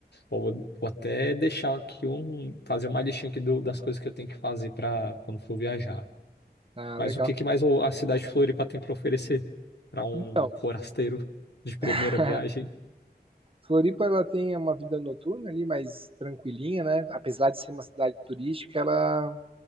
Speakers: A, on the left; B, on the right.
A: Pô, Vou, vou até deixar aqui um, fazer uma listinha aqui do- das coisas que eu tenho que fazer para quando for viajar.
B: Ah,
A: Mas
B: legal.
A: o que que mais o- a cidade de Floripa tem para oferecer para um
B: Então,
A: forasteiro de primeira
B: <laughs>
A: viagem?
B: Floripa ela tem uma vida noturna ali mais tranquilinha, né? Apesar de ser uma cidade turística, ela